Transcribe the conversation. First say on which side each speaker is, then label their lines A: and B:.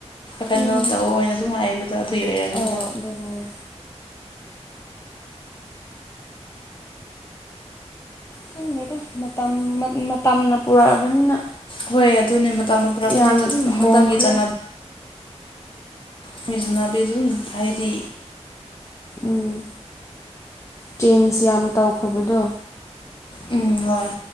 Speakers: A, on the left; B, on the left.
A: ꯀꯩꯅꯣ
B: ꯎꯝ
A: ꯇꯧ ꯑꯣꯏꯅ ꯑꯗꯨꯝ ꯍꯥꯏꯕꯗꯣ ꯑꯗꯨꯒꯤ ꯑꯣꯏꯔꯝꯅꯤꯗ
B: ꯑꯧ ꯑꯗꯨ ꯍꯥꯏ ꯈꯪꯗꯦꯗ ꯃꯇꯝ ꯃꯇꯝꯅ ꯄꯨꯔꯛꯑꯕꯅꯤꯅ
A: ꯍꯣꯏ ꯑꯗꯨꯅꯦ ꯃꯇꯝꯅ ꯄꯨꯔꯛꯅꯤꯅ
B: ꯌꯥꯝ
A: ꯑꯗꯨꯝ
B: ꯍꯣꯡꯈ꯭ꯔꯦ
A: ꯃꯇꯝꯒꯤ ꯆꯥꯟꯅ ꯃꯣꯏ ꯖꯅꯥꯕꯤ ꯗꯨꯝ ꯍꯥꯏꯗꯤ
B: ꯎꯝ ꯆꯦꯟꯖ ꯌꯥꯝ ꯇꯧꯈ꯭ꯔꯕꯗꯣ
A: ꯎꯝ ꯍꯣꯏ